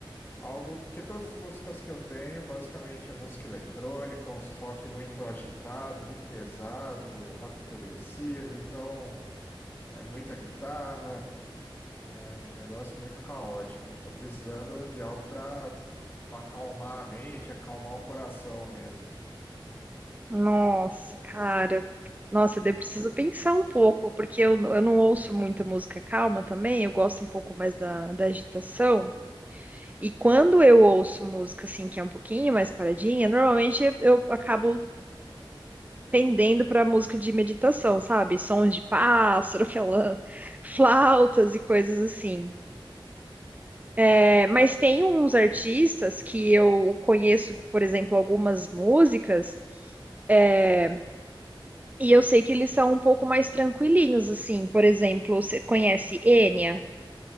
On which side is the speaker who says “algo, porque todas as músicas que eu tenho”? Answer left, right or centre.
Left